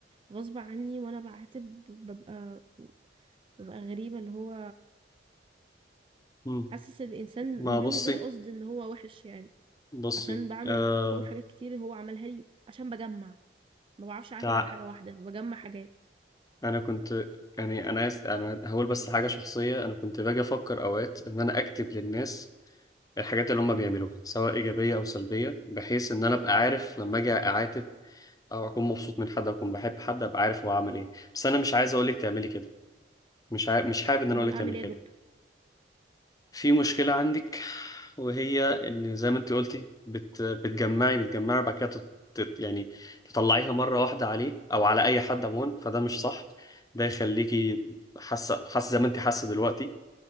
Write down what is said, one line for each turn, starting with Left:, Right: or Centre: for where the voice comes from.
Right: غصب عني وانا بعاتب ببقى ببقى غريبة اللي هو
Left: مم.
Right: حاسس الانسان
Left: ما
Right: من
Left: بصي
Right: غير قصد ان هو وحش يعني
Left: بصي
Right: عشان بعمل
Left: آه...
Right: بقول حاجات كتير هو عملها لي عشان بجمع ما بعرفش اعتمد
Left: تع...
Right: على حاجه واحده بجمع حاجات
Left: انا كنت يعني انا آس... انا هقول بس حاجه شخصيه انا كنت باجي افكر اوقات ان انا اكتب للناس الحاجات اللي هم بيعملوها سواء ايجابيه او سلبيه بحيث ان انا ابقى عارف لما اجي اعاتب او اكون مبسوط من حد اكون بحب حد ابقى عارف هو عمل ايه بس انا مش عايز اقولك تعملي كده مش عاي... مش حابب ان انا
Right: امال
Left: اقولك
Right: اعمل
Left: تعملي
Right: ايه
Left: كده
Right: يا دكتور
Left: في مشكلة عندك وهي ان زي ما انت قلتي بت... بتجمعي بتجمعي بعد كده تت... تت- يعني تطلعيها مرة واحدة عليه او على اي حد عموما فده مش صح ده يخليكي حاسة حاسة زي ما انت حاسة دلوقتي